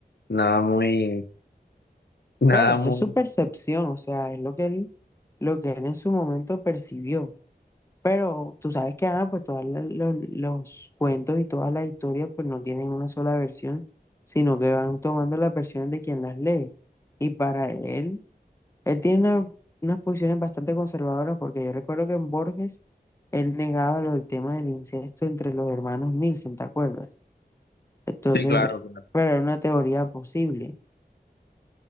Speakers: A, on the left; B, on the left.
A: nada muy, <laughs> nada
B: Pero eso
A: muy...
B: es su percepción, o sea, es lo que él, lo que él en su momento percibió. Pero tú sabes que, ah, pues todos los, los cuentos y todas las historias, pues no tienen una sola versión, sino que van tomando las versiones de quien las lee. Y para él, él tiene una- unas posiciones bastante conservadoras, porque yo recuerdo que en Borges, él negaba lo del tema del incesto entre los hermanos Nielsen, ¿te acuerdas? Entonces,
A: Sí, claro, claro.
B: pero era una teoría posible.